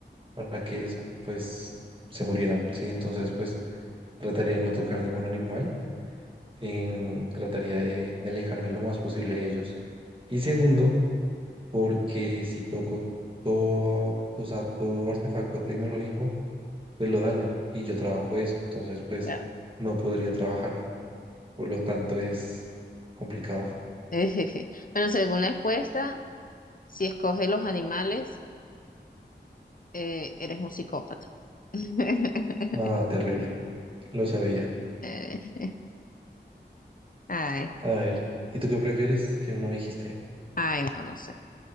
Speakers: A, on the right; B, on the left.
A: para que pues se murieran, ¿sí? Entonces pues trataría de no tocar ningún animal, em, trataría de, de alejarme lo más posible de ellos. Y segundo, porque si toco todo, o sea, todo artefacto tecnológico, pues lo daño y yo trabajo eso, entonces pues
B: claro.
A: no podría trabajar, por lo tanto es complicado.
B: <laughs> Bueno, según la encuesta, si escoges los animales, eh, eres un psicópata. <laughs>
A: Ah, terrible, lo sabía.
B: Eh, Ay,
A: A ver, ¿y tú qué prefieres? Que no me dijiste.
B: ay, no, no sé.